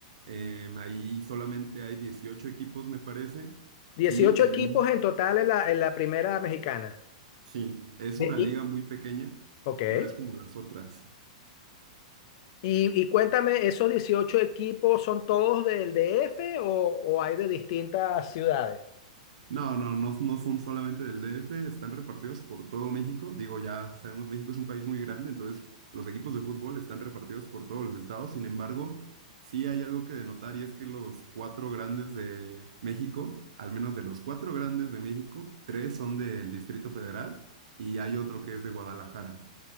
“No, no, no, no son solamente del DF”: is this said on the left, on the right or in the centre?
Right